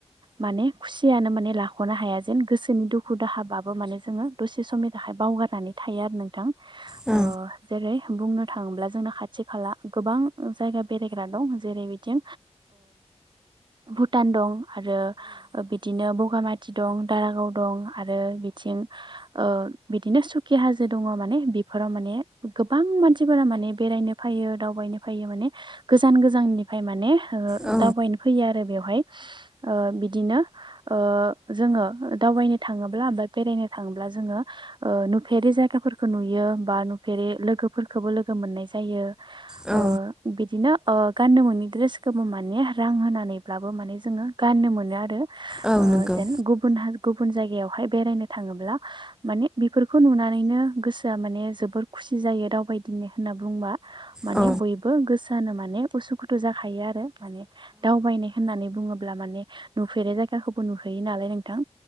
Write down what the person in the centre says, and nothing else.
औ
औ
औ
औ नंगौ
औ